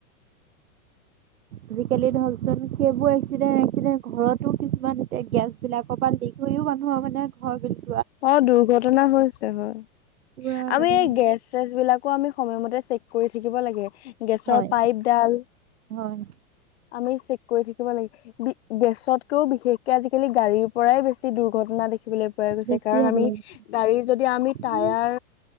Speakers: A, on the right; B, on the left.
A: আজিকালি ধৰকচোন সেইবোৰ এক্সিডেণ্ট এক্সিডেন্ট ঘৰতো কিছুমান এতিয়া গেছ বিলাকৰ পৰা লিক হৈ ও মানুহৰ মানে ঘৰ বিলাক
B: অ দুৰ্ঘটনা হৈছে হয়,
A: পুৰা
B: আমি
A: মানে
B: এই গেছ চেছ বিলাক আমি সময়মতে চেক কৰি থাকিব লাগে। গেছৰ
A: হয়,
B: পাইপডাল,
A: হয়,
B: আমি চেক কৈ থাকিব লাগে গেছতকৈও বিশেষকে আজিকালি গাড়ীৰ পৰাই বেছি দুৰ্ঘটনা দেখিবলৈ পাই গৈছে
A: বেছি
B: কাৰণ
A: হ'ব
B: আমি
A: লাগে।
B: গাড়ী যদি আমি টায়াৰ
A: উম,